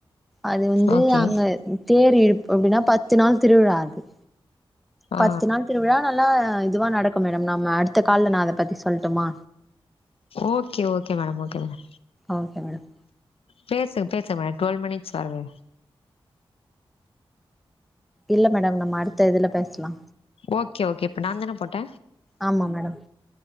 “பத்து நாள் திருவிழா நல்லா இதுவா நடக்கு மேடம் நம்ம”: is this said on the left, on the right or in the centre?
Centre